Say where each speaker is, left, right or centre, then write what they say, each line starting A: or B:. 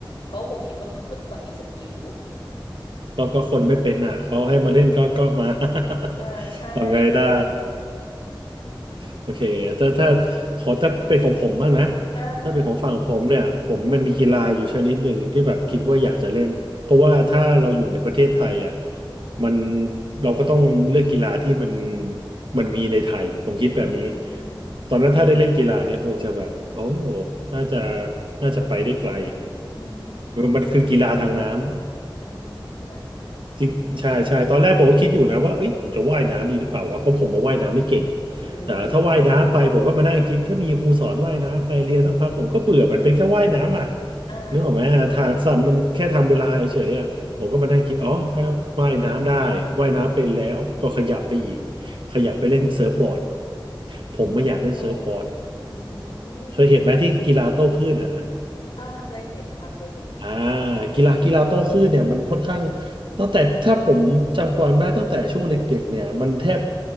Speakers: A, on the left; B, on the right.
A: เขาก็คงคิดว่าเป็นคนที่แบบมีสกิล
B: ก็ก็คนไม่เป็นอ่ะเขาให้มาเล่นก็ก็มา <laughs>
A: อ่าใช่ <laughs>
B: ทำไงได้โอเคถ้าถ้าขอถ้าเป็นของผมบ้างนะ
A: อ่า
B: ถ้าเป็นของฝั่งผมเนี่ยผมมันมีกีฬาอยู่ชนิดหนึ่งที่แบบคิดว่าอยากจะเล่นเพราะว่าถ้าเราอยู่ในประเทศไทยอ่ะมันเราก็ต้องเลือกกีฬาที่มันมันมีในไทยผมคิดแบบนี้
A: อืม
B: ตอนนั้นถ้าได้เล่นกีฬาเนี่ยคงจะแบบโอ้น่าจะน่าจะไปได้ไกล
A: อืม
B: มันคือกีฬาทางน้ำ
A: อืมกีฬาทางน้ำเป็น
B: จริงใช่ใช่ตอนแรกผมก็คิดอยู่นะว่าเอ้ยผมจะว่ายน้ำดีหรือเปล่าวะเพราะผมมาว่ายน้ำไม่เก่ง
A: อื
B: แต่ถ้าว่ายน้ำไปผมก็มานั่งคิดถ้ามีครูสอนว่ายน้ำไปเรียนสักพักผมก็เบื่อมันเป็นแค่ว่ายน้ำอ่ะ
A: มอ่า
B: นึกออกไหมทางสัมมันแค่ทำเวลาเฉยๆอ่ะผมก็มานั่งคิดอ๋อถ้าว่ายน้ำได้ว่ายน้ำเป็นแล้วก็ขยับไปอีก
A: ใช่ค่ะ
B: ขยับไปเล่นเซิร์ฟบอร์ด
A: อืม
B: ผมไม่อยากเล่นเซิร์ฟบอร์ด
A: เซิร์ฟบอร์ดอื
B: เคยเห็นไหมที่กีฬาโต้คลื่นนะ
A: มอ่าเคยเห็นค่ะเคยเห็น
B: อ่ากีฬากีฬาโต้คลื่นเนี่ยมันค่อนข้างตั้งแต่ถ้าผมจำความได้ตั้งแต่ช่วงเด็กๆเนี่ยมันแทบ